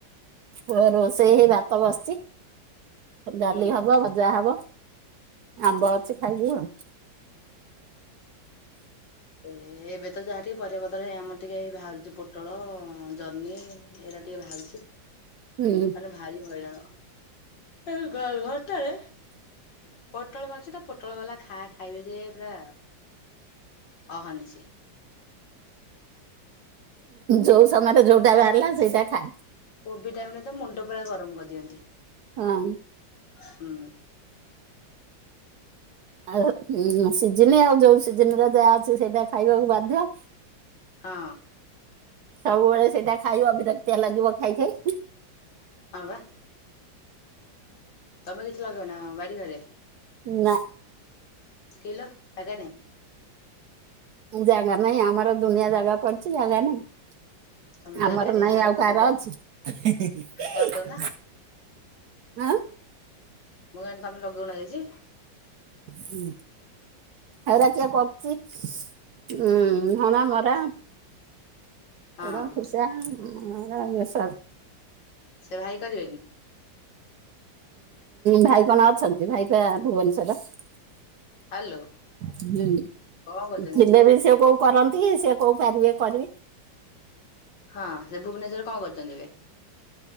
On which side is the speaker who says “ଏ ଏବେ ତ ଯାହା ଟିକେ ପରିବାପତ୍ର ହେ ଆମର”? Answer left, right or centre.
Left